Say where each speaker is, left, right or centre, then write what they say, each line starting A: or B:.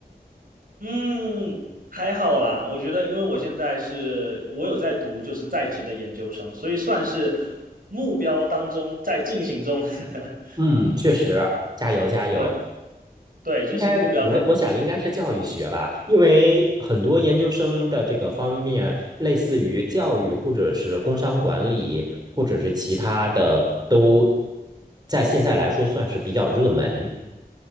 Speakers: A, on the right; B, on the right.
A: 嗯，还好啦。我觉得，因为我现在是，我有在读就是在职的研究生，所以算是目标当中在进行中。<laughs>
B: 嗯，确实，加油加油。
A: 对对，就是目标在
B: 应该我我想应该是教育学吧，因为很多研究生的这个方面，类似于教育或者是工商管理，或者是其他的，都在现在来说算是比较热门。